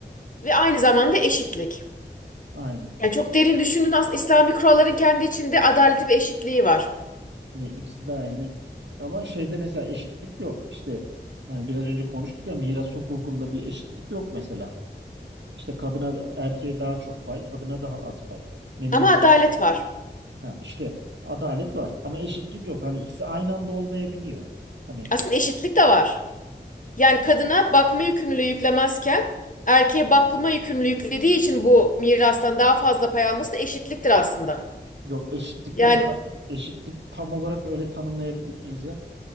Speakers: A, on the left (about 45°); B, on the right (about 80°).
A: ve aynı zamanda eşitlik.
B: Aynen.
A: Yani çok derin düşündüğün aslında İslami kuralların kendi içinde adaleti ve eşitliği var.
B: Ne ikisi de aynı. Ama şeyde mesela eşitlik yok. İşte hani biraz önce konuştuk ya miras hukukunda bir eşitlik yok mesela. İşte kadına erkeğe daha çok pay, kadına daha az pay. Ne bileyim
A: Ama adalet
B: ben-
A: var.
B: ha, işte adalet var ama eşitlik yok. Hani ikisi aynı anda olmayabiliyor. Hani
A: Aslında eşitlik de var. Yani kadına bakma yükümlülüğü yüklemezken erkeğe bakma yükümlülüğü yüklediği için bu mirastan daha fazla pay alması da eşitliktir aslında.
B: Yok eşitlikten
A: Yani
B: ka- eşitlik tam olarak öyle tanımlayabilir miyiz ya?